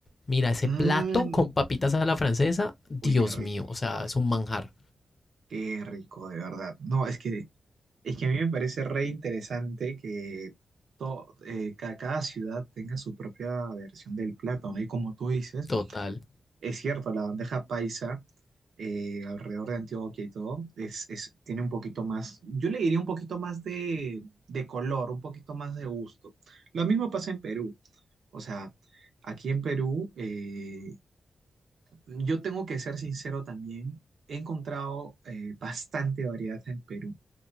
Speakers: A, on the left; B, on the right.
A: Mira, ese
B: Mm.
A: plato con papitas a la francesa, Dios
B: Uy, qué rico,
A: mío, o sea,
B: hermano.
A: es un manjar
B: Qué rico, de verdad. No, es que, es que a mí me parece re interesante que to- eh, ca- cada ciudad tenga su propia versión del plato, no Y como tú dices,
A: total.
B: es cierto, la bandeja paisa eh, alrededor de Antioquia y todo, es, es- tiene un poquito más, yo le diría un poquito más de, de color, un poquito más de gusto. Lo mismo pasa en Perú. O sea, aquí en Perú, eh, Yo tengo que ser sincero también. He encontrado eh, bastante variedad en Perú.